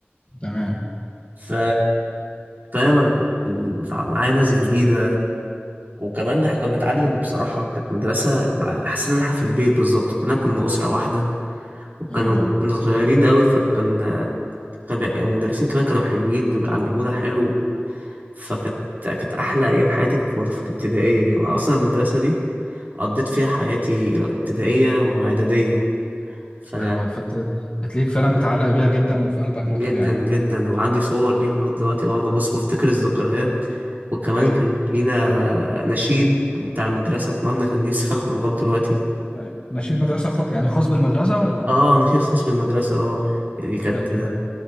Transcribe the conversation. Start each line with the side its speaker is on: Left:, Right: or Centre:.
Left: تمام
Right: ف فاهم انا كنت متع- معايا ناس جديده وكمان احنا كنا بنتعلم بصراحه كانت مدرسه مع حسيت ان احنا في البيت بالظبط كلنا كنا اسره واحده وكانوا
Left: ايوه ايوه
Right: كنا صغيرين قوي فكان كان بيع- المدرسين كمان كانوا حلوين وبيعلمونا حلو فكانت كانت احلى ايام حياتي في المد- في الابتدائيه دي اصلا المدرسه دي قضيت فيها حياتي ابتدائية وإعدادية فأنا
Left: ايوه فانت تلاقيك فعلا متعلق بيها جدا وفي قلبك
Right: جدا
Left: على طول يعني
Right: جدا وعندي صور ليها لغاية دلوقتي بقعد أبص بفتكر الذكريات وكمان
Left: ايوه
Right: كان لينا نشيد بتاع المدرسة كنا بنغنيه لسه فاكره لغاية دلوقتي
Left: أيوة. ماشي مدرسة خ... يعني خاص بالمدرسة ولا
Right: اه نشيد خاص بالمدرسة اه دي كانت
Left: ايوه ايوه